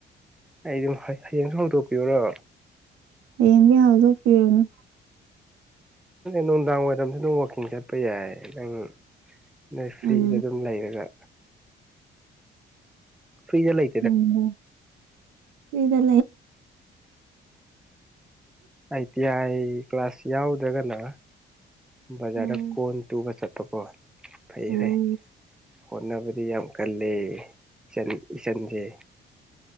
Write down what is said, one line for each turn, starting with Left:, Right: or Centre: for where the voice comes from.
Centre: ꯑꯩ ꯑꯗꯨꯝ ꯍꯌꯦꯡꯁꯨ ꯍꯣꯡꯗꯣꯛꯄꯤꯌꯔꯣ
Right: ꯌꯦꯟꯗꯤ ꯍꯎꯗ ꯀꯤꯅꯤ
Centre: ꯅꯨꯡꯗꯥꯡ ꯋꯥꯏꯔꯝꯁꯨ ꯑꯗꯨꯝ ꯋꯥꯛꯀꯤꯡ ꯆꯠꯄ ꯌꯥꯏ ꯅꯪ ꯅꯣꯏ ꯐ꯭ꯔꯤꯗ
Right: ꯎꯝ
Centre: ꯑꯗꯨꯝ ꯂꯩꯔꯒ ꯐꯤꯔꯤꯖ ꯂꯩ
Right: ꯎꯝ ꯏꯂ
Centre: ꯑꯥꯏ ꯇꯤ ꯑꯥꯏ ꯀ꯭ꯂꯥꯁ ꯌꯥꯎꯗ꯭ꯔꯒꯅ ꯕꯖꯥꯔꯗ
Right: ꯎꯝ
Centre: ꯀꯣꯟ ꯇꯨꯕ ꯆꯠꯄꯀꯣ ꯐꯩ
Right: ꯎꯝ
Centre: ꯐꯩ ꯍꯣꯠꯅꯕꯗꯤ ꯌꯥꯝ ꯀꯂ ꯏꯆꯟ ꯏꯆꯟꯁꯦ